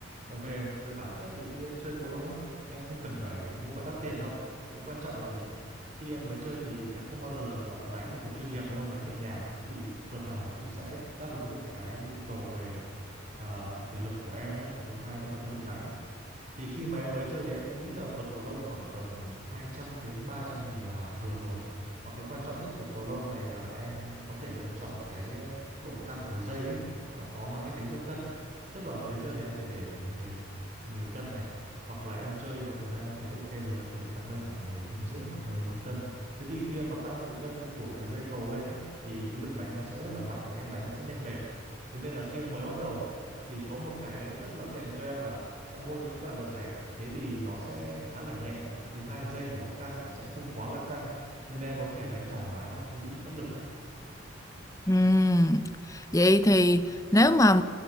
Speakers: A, on the right (about 35°); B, on the left (about 15°).
A: Và Về về bản chất thì khi em chơi cầu lông á, em không cần phải mua phải đắt tiền đâu. Cái quan trọng là gì? Khi em mới chơi thì em không bao giờ gọi là đánh như kiểu chuyên nghiệp đúng không? Đánh nhẹ nhàng. Thế thì vợt nào nó cũng sẽ đáp ứng được cái nhu cầu về à, thể lực của em nhé. Và thứ hai nữa là cái lực đánh thì khi mà em mới chơi thì anh nghĩ là vật cầu lông khoảng tầm 200 đến 300 nghìn là vừa rồi và cái quan trọng nhất của cầu lông này là em có thể lựa chọn cái ờ, độ căng của dây ấy họ họ- nó hay tính theo cân tức là mới chơi thì em thể để 10 10 cân này hoặc là em chơi một thời gian em thấy ok rồi em thể tăng lên khoảng 10 cân rưỡi hoặc mười một cân thế thì khi em mà tăng cái cân của cái dây cầu lên ấy thì cái lực đánh nó sẽ rất là mạnh và em đánh nó sẽ nhanh mệt thế nên là khi em mới bắt đầu thì có một cái rất là tiện cho em là em mua những cái loại vật rẻ thế thì nó sẽ khá là nhẹ và cái thứ hai dây của nó căng cũng sẽ không quá là căng nên em có thể đánh thoải mái mà không bị mất lực á
B: Ừm, Vậy thì nếu mà